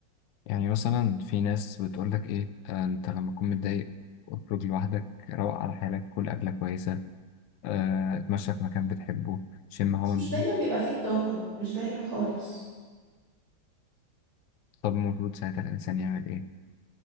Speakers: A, on the left; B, on the right.
A: يعني مثلا في ناس بتقولك ايه آه، انت لما تكون متضايق اخرج لوحدك روق على حالك كل أكلة كويسة آه، اتمشى في مكان بتحبه شم هوا
B: بس مش
A: نضيف
B: دايما بيبقى فيه الطاقة مش دايما خالص
A: طب المفروض ساعتها الإنسان يعمل إيه؟